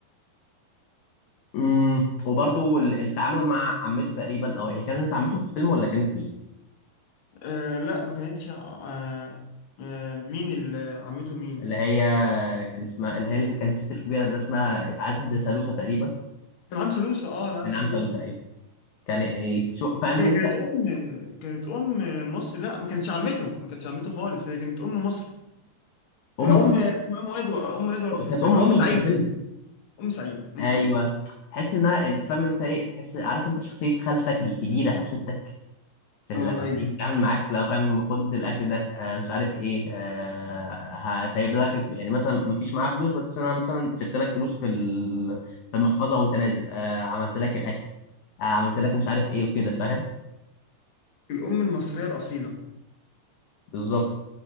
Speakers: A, on the left; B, on the left.
A: امم وبرضو ال- التعامل مع عمته تقريبا أو هي كانت عمته في الفيلم ولا كانت مين؟
B: آه لا ما كانتش آه آه مين اللي عمته مين
A: اللي هي كان اسمها اللي هي اللي كانت الست الكبيرة اللي اسمها إسعاد سالوسة تقريبا
B: انعام سلوسة اه انعام
A: من
B: سلوسة
A: عم سالوسة أيوه كان يعني شو- فاهم
B: ك-
A: أنت
B: كانت ام كانت ام مصري لا ما كانتش عمته ما كانتش عمته خالص هي كانت ام مصري آه،
A: أم
B: ام اسمها ام ادوارد ام ادوارد في الفيلم
A: كانت ام
B: ام
A: ادوارد
B: سعيد
A: في الفيلم
B: ام سعيد ام
A: ايوه
B: سعيد
A: تحس انها انت فاهم انت ايه تحس عارف انت شخصيه خالتك الكبيره او ستك في اللي
B: اه
A: بتيجي
B: ايوه
A: تتعامل معاك لا فاهم خد الاكل ده آه مش عارف ايه آه هسيب لك الفل... يعني مثلا ما فيش معاها فلوس بس انا مثلا سبت لك فلوس في ال... في المحفظه وانت نازل آه عملت لك الاكل آه عملت لك مش عارف ايه وكده فاهم
B: الام المصريه الاصيله
A: بالظبط